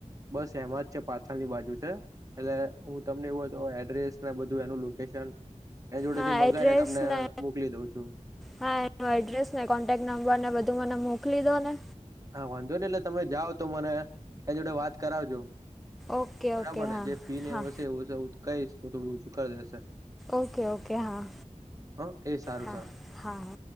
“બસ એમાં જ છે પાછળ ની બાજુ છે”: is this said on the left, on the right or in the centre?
Right